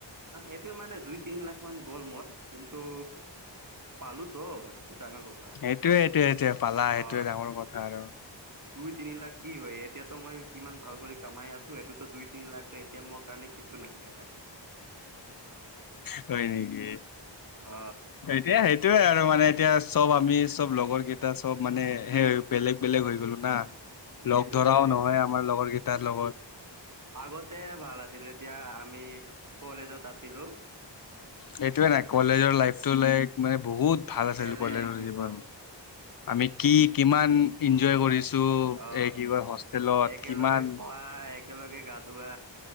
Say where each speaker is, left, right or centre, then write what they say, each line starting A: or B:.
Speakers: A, on the right (about 45°); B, on the left (about 50°).
A: এইটোৱে মানে দুই তিনি লাখ মান গ'ল মোৰ। কিন্তু পালো তো সেইটো ডাঙৰ কথা।
B: সেইটোৱে সেইটোৱে সেইটোৱে পালা সেইটোৱে
A: অ
B: ডাঙৰ কথা আৰু।
A: দুই তিনি লাখ কি হয় এতিয়াতো মই কিমান ভাল কৰি কামাই আছোঁ। সেইটোতো দুই তিনি লাখটো এতিয়া মোৰ কাৰণে কিছু নাই সেই কাৰণে।
B: হয় নেকি?
A: অ
B: এ সেইটোয়ে আৰু মানে এতিয়া চব আমি চব লগৰ কেইটা চব মানে সেই বেলেগ বেলেগ হৈ গ'লো না, লগ
A: সেইটোয়ে
B: ধৰাও নহয় আমাৰ লগৰ কেইটাৰ লগত।
A: আগতে ভাল আছিল যেতিয়া আমি কলেজত আছিলোঁ।
B: সেইটোয়ে নাই কলেজৰ লাইফতটো লাইক মানে বহুত ভাল আছিলোঁ
A: বেলেগ
B: কলেজৰ
A: একদম
B: জীৱন। আমি কি কিমান এনজয় কৰিছোঁ।
A: অ
B: ত এই কয় হষ্টেলত
A: একেলগে
B: কিমান
A: খোৱা একেলগে গা ধোৱা